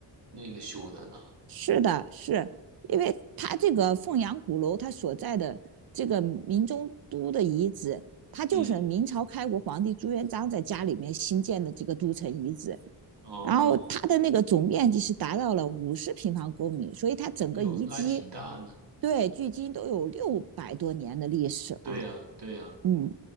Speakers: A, on the right (about 75°); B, on the right (about 60°).
A: 那个修的呢。
B: 是的，是因为它这个凤阳鼓楼，它所在的这个明中都的遗址，它就是明朝开国皇帝朱元璋在家里面新建的这个都城遗址。
A: 嗯，哦，
B: 然后它的那个总面积是达到了五十平方公里，所以它整个遗迹
A: 哟，那还挺大呢。
B: 对距今都有六百多年的历史了、
A: 对呀，
B: 啊
A: 对呀。
B: 嗯，